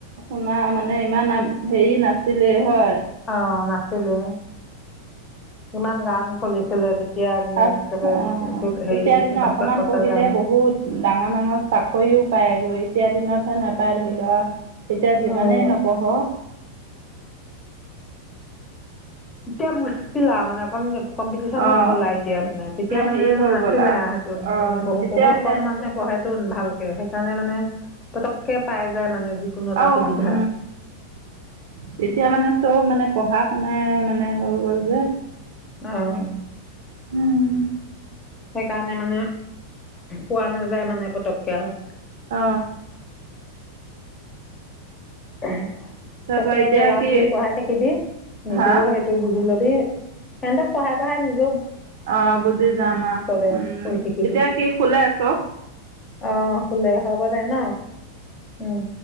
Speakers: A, on the right; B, on the left.
A: শুনা মানে ইমান হেৰি নাছিলে হয়।
B: অ নাছিলে আছিলে কিমান গান চলিছিলে তেতিয়া একেবাৰে
A: পচ অ
B: বিষ্ণু হেৰি
A: তেতিয়া
B: বিষ্ণু
A: দিনে অকমান
B: প্ৰসাদ
A: পঢ়িলে
B: ৰাভা
A: বহুত ডাঙৰ ডাঙৰ চাকৰিও পায় গৈ এতিয়া দিনতহে নোপায় ধৰি লোৱা। এতিয়া যিমানেই
B: অঁ
A: নপঢ়
B: এতিয়া মুচকিল মানে অকণ কম্পিটিচন
A: অ'
B: হৈ গ'লা এতিয়া মানে তেতিয়া মানে
A: হেৰি হৈ
B: নাছিলে
A: গ'ল
B: আৰু সেইটো
A: অ'
B: বহু
A: তেতিয়াহে
B: বহুত কম মানুহে পঢ়ে। ন ভালকে সেইকাৰণে মানে পটককৈ পাই যায় মানে যিকোনো এটা
A: অ
B: সুবিধা
A: উ তেতিয়া মানে চব মানে পঢ়া শুন মানে হৈ গ'ল যে
B: আহ
A: উম
B: সেইকাৰণে মানে পোৱা নাযায় মানে পতককে আৰু
A: অ
B: উম
A: তাৰপৰা
B: তাকে এতিয়া ল'ৰা
A: কি
B: ছোৱালীক পঢ়াই থাকিবি নিজেও
A: হা
B: সেইটো বুজি লবি স ত পঢ়া পঢ়া নিজে
A: আহ বুজি যাম আ
B: দে
A: উম
B: পঢ়ি থাকিবি
A: এতিয়া কি শুলে আছ
B: অ শুলে হব দে ন উম